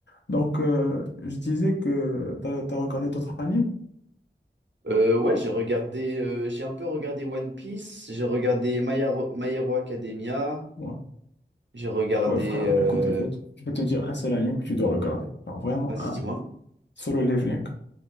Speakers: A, on the left; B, on the right.
A: Donc, euh, je disais que t'as, t'as regardé d'autres animes?
B: Euh, ouais, j'ai regardé, euh, j'ai un peu regardé One Piece, j'ai regardé My Hero, My Hero Academia,
A: Ouais.
B: j'ai regardé...
A: Ouais, frère,
B: euh,
A: écoute, écoute. Je vais te dire un seul anime que tu dois regarder. Alors, vraiment
B: Vas-y,
A: un.
B: dis-moi.
A: Solo Leveling.